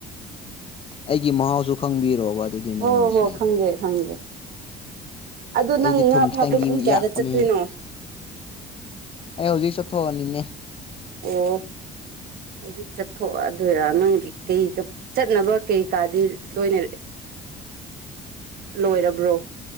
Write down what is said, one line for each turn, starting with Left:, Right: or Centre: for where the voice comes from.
Left: ꯑꯩꯒꯤ ꯃꯍꯥꯎꯁꯨ ꯈꯪꯕꯤꯔꯣꯕ ꯑꯗꯨꯗꯤ
Right: ꯍꯣ
Left: ꯅꯪꯅꯁꯦ
Right: ꯍꯣ ꯈꯪꯒꯦ ꯈꯪ ꯑꯗꯨꯗꯣ
Left: ꯑꯩꯗꯤ
Right: ꯅꯪ ꯉꯥ
Left: ꯊꯨꯝ
Right: ꯐꯥꯕꯗꯣ
Left: ꯈꯤꯇꯪꯗꯤ
Right: ꯄꯨꯡ ꯀꯌꯥꯗ
Left: ꯌꯥꯛꯄꯅꯦꯍꯦ
Right: ꯆꯠꯇꯣꯏꯅꯣ
Left: ꯑꯩ ꯍꯧꯖꯤꯛ ꯆꯠꯊꯣꯛꯑꯅꯤꯅꯦ
Right: ꯑꯣ ꯍꯧꯖꯤꯛ ꯆꯠꯊꯣꯛꯗꯣꯏꯔꯥ ꯅꯪꯒꯤ ꯀꯩ ꯆꯠꯅꯕ ꯀꯩꯀꯥꯗꯤ ꯂꯣꯏꯅ ꯂꯣꯏꯔꯕ꯭ꯔꯣ